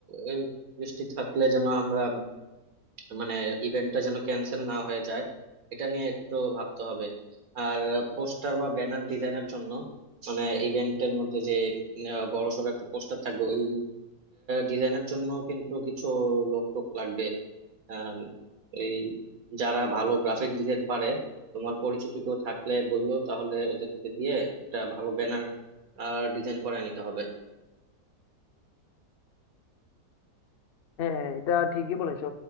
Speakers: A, on the right; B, on the left.
A: আহ, বৃষ্টি থাকলে যেন আমরা উম, মানে ইভেন্টটা যেন ক্যান্সেল না হয়ে যায় এটা নিয়ে একটু ভাবতে হবে আর পোস্টার বা ব্যানার ডিজাইনের জন্য মানে ইভেন্টের মধ্যে যে বড় সড়ো একটা পোস্টার থাকবে ওই ডিজাইনের জন্য কিন্তু কিছু লোক টোক লাগবে আম, এই যারা ভালো গ্রাফিক ডিজাইন পারে তোমার পরিচিত কেউ থাকলে বললো তাহলে ওদেরকে দিয়ে একটা ভালো ব্যানার ডিজাইন করে নিতে হবে
B: হ্যাঁ এটা ঠিকই বলেছো